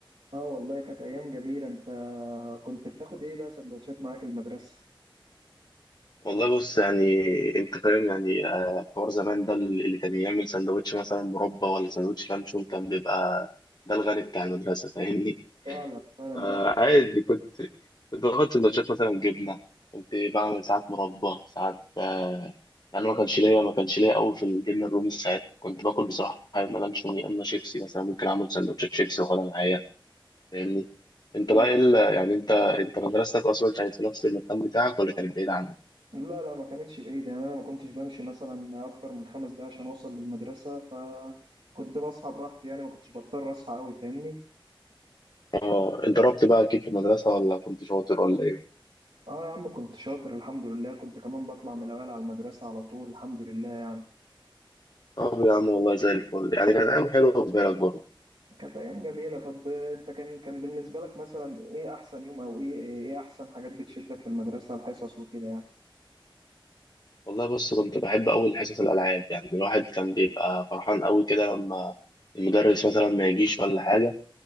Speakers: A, on the right; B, on the left.
A: اه والله كانت ايام جميلة انت كنت بتاخد ايه بقى سندوتشات معاك المدرسة؟
B: والله بص يعني انت فاهم يعني آه، حوار زمان ده اللي كان يعمل سندوتش مثلا مربى ولا سندوتش لانشون كان بيبقى ده الغني بتاع المدرسة فاهمني
A: فعلا
B: <laughs>
A: فعلا
B: آه
A: دي
B: عادي كنت كنت باخد سندوتشات مثلا جبنة كنت بعمل ساعات مربى ساعات آه يعني ما كانش ليا ما كانش ليا قوي في الجبنة الرومي ساعات كنت باكل بصراحة يا اما لانشون يا اما شيبسي مثلا ممكن اعمل سندوتشات شيبسي واخدها معايا فاهمني انت
A: حاجة
B: بقى ايه ال- يعني انت انت مدرستك اصلا كانت في نفس المكان بتاعك ولا كانت بعيدة عنك؟
A: لا لا ما كانتش بعيدة يعني أنا ما كنتش بمشي مثلا أكتر من خمس دقايق عشان أوصل للمدرسة فكنت بصحى براحتي يعني ما كنتش بضطر أصحى أوي فاهمني
B: اه انت ربت بقى اكيد في المدرسة ولا كنت شاطر ولا ايه؟
A: آه يا عم كنت شاطر الحمد لله كنت كمان بطلع من الأوائل على المدرسة على طول الحمد لله
B: طب يا عم والله زي الفل يعني كانت ايام حلوة بالنسبة لك برضه
A: كانت أيام جميلة طب أنت كان كان بالنسبة لك مثلا إيه أحسن يوم أو إيه إيه أحسن حاجات بتشدك في المدرسة الحصص وكده يعني
B: والله بص كنت بحب اول حصص الالعاب يعني الواحد كان بيبقى فرحان قوي كده لما المدرس مثلا ما يجيش ولا حاجة